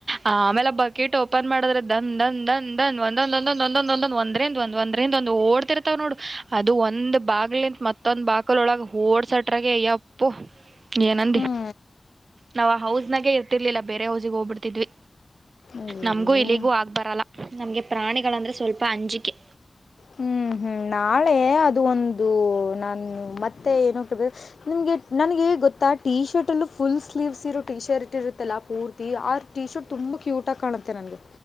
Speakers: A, on the right; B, on the left.
A: ಆ ಆಮೇಲೆ ಬಕೆಟ್ ಓಪನ್ ಮಾಡದ್ರ ದಂದ್ಂದ ದಂದ್ಂದ ಒಂದ ಒಂದೊಂದ ಒಂದೊಂದ ಒಂದೊಂದ ಒಂದ್ರಂದ ಒಂದ್ ಒಂದ್ರರಿಂದ್ ಒಂದಂದು ಓಡ್ತಿರ್ತ್ತವ ನೋಡು ಅದು ಒಂದ್ ಬಾಗಲಿಂತ ಮತ್ತೊಂದ್ ಬಾಗಲ ಒಳಗ ಓಡ್ಸಟ್ರಗೆ ಅಯ್ಯಪ್ಪು ಏನಂದಿ
B: ಹ್ಞೂ
A: ನಾವ್ ಆ ಹೌಸ್ನಾಗೆ ಇರ್ತಿರ್ಲಿಲ್ಲ ಬೇರೆ ಹೌಸಿ ಹೋಗ್ಬಿಡ್ತಿದ್ವಿ
B: ಅಯ್ಯಯ್ಯೋ
A: ನಮ್ಗೂ ಇಲ್ಲಿಗೂ ಆಗ್ ಬರಲ್ಲ ನಮ್ಗೆ ಪ್ರಾಣಿಗಳಂದ್ರೆ ಸ್ವಲ್ಪ ಅಂಜಿಕೆ
B: ಹ್ಮ್ ಹ್ಮ್ ನಾಳೆ ಅದು ಒಂದು ನಾನು ಮತ್ತೆ ಏನ ನಿಮ್ಗೆ ನನಗೆ ಗೊತ್ತಾ ಟಿ ಶರ್ಟಲ್ಲೂ ಫುಲ್ ಸ್ಲೀವ್ಸ್ ಇರೋ ಟಿ ಶರ್ಟ್ ಇರುತ್ತಲ್ಲ ಪೂರ್ತಿ ಆರು ಟಿ ಶರ್ಟ್ ತುಂಬ ಕ್ಯೂಟ ಆಗಿ ಕಾಣುತ್ತೆನಗೆ